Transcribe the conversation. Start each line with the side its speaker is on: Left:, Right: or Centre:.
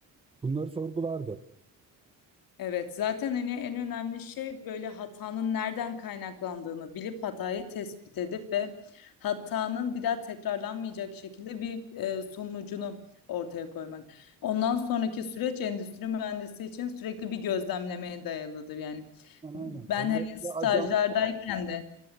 Right: Bunları sorgulardı.
Left: Evet, zaten hani en önemli şey böyle hatanın nereden kaynaklandığını bilip hatayı tespit edip ve hatanın bir daha tekrarlanmayacak şekilde bir e, sonucunu ortaya koymak. Ondan sonraki süreç endüstri mühendisi için sürekli bir gözlemlemeye dayalıdır. Yani
Right: Aynen
Left: ben
Right: aynen. Ellerinde
Left: hani stajlardayken
Right: ajan
Left: de